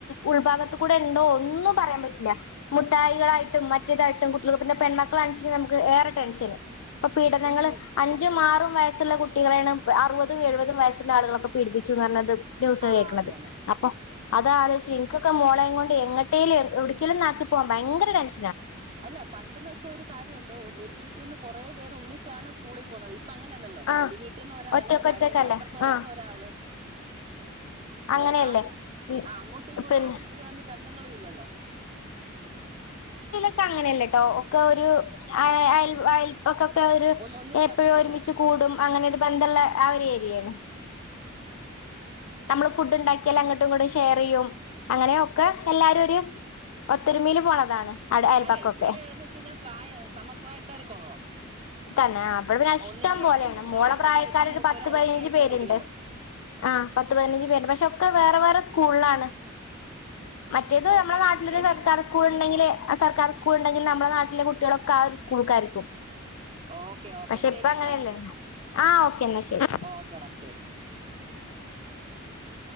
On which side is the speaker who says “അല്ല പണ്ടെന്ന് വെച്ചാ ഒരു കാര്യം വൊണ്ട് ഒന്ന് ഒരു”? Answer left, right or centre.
Right